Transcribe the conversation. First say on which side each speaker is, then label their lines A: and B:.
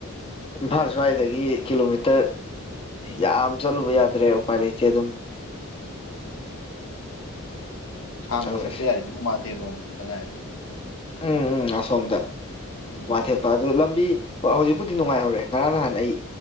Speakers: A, on the left (about 25°); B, on the left (about 70°).
A: ꯏꯝꯐꯥꯜ ꯁ꯭ꯋꯥꯏꯗꯒꯤ ꯀꯤꯂꯣꯃꯤꯇꯔ ꯌꯥꯝ ꯆꯠꯂꯨꯕ ꯌꯥꯗ꯭ꯔꯦ ꯎꯄꯥꯏ ꯂꯩꯇꯦ ꯑꯗꯨꯝ
B: ꯁꯥꯡꯅ
A: ꯇꯧꯔꯤꯁꯦ
B: ꯆꯠꯄ ꯌꯥꯔꯤꯗꯤ ꯎꯃꯥꯊꯦꯜꯂꯣꯝ ꯈꯛꯇ ꯉꯥꯏꯔꯦ
A: ꯎꯝ ꯎꯝ ꯑꯁꯣꯝꯗ
B: ꯎꯝ
A: ꯃꯥꯊꯦꯠꯄ
B: ꯑꯇꯩꯗꯤ
A: ꯑꯗꯨ ꯂꯝꯕꯤ ꯍꯧꯖꯤꯛꯄꯨꯗꯤ ꯅꯨꯡꯉꯥꯏꯍꯧꯔꯦ ꯉꯔꯥꯡ ꯅꯍꯥꯟ ꯑꯩ